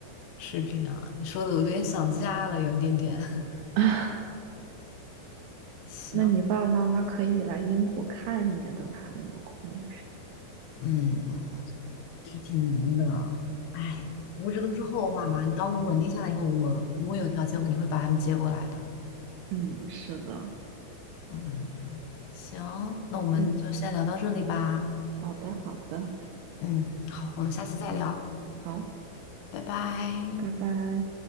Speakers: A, on the left; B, on the right.
A: 是这样，你说的我有点想家了，有一点点。<laughs>
B: <laughs>
A: 行，
B: 那你爸爸妈妈可以来英国看你，等他们有空的时
A: 嗯，是挺难的，哎，不过这都是后话嘛。你当我稳定下来以后，我如果有条件，我肯定会把他们接过来的。
B: 候。嗯，是的。
A: 嗯，行，那我们就先聊到这里吧。
B: 嗯，好的，好的，
A: 嗯，好，我们下次再聊，
B: 好，
A: 拜拜。
B: 拜拜。